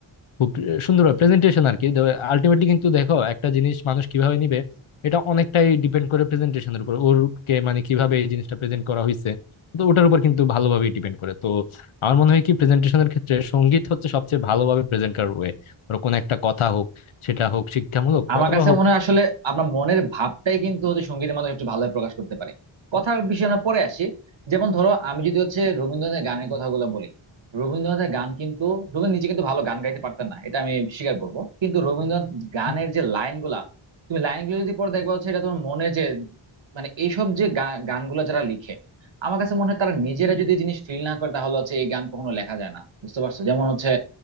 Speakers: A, on the left; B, on the right.
A: খুব সুন্দরভাবে প্রেজেন্টেশন আর কি আলটিমেটলি কিন্তু দেখো একটা জিনিস মানুষ কিভাবে নিবে এটা অনেকটাই ডিপেন্ড করে প্রেজেন্টেশনের উপর ওরকে মানে কিভাবে এই জিনিসটা প্রেজেন্ট করা হয়েছে তো ওটার উপর কিন্তু ভালোভাবে ডিপেন্ড করে তো আমার মনে হয় কি প্রেজেন্টেশনের ক্ষেত্রে সঙ্গীত হচ্ছে সবচেয়ে ভালোভাবে প্রেজেন্ট করার ওয়ে ধরো কোনো একটা কথা হোক সেটা হোক শিক্ষামূলক
B: আমার
A: অথবা
B: কাছে
A: হোক
B: মনে হয় আসলে আমরা মনের ভাবটাই কিন্তু হচ্ছে সঙ্গীতের মাধ্যমে একটু ভালোভাবে প্রকাশ করতে পারি কথার বিষয়ে আমরা পরে আসি যেমন ধরো আমি যদি হচ্ছে রবীন্দ্রনাথের গানের কথাগুলো বলি রবীন্দ্রনাথের গান কিন্তু রবীন্দ্র নিজে কিন্তু ভালো গান গাইতে পারতেন না এটা আমি স্বীকার করব কিন্তু রবীন্দ্রনাথ গানের
A: হুম
B: যে লাইনগুলা তুমি লাইনগুলো যদি পরে দেখবা হচ্ছে এটা তোমার মনে যে মানে এইসব যে গা- গানগুলো যারা লিখে আমার কাছে মনে হয় তারা নিজেরা যদি এই জিনিস ফিল না করে তাহলে হচ্ছে এই গান কখনো লেখা যায় না বুঝতে পারছো যেমন হচ্ছে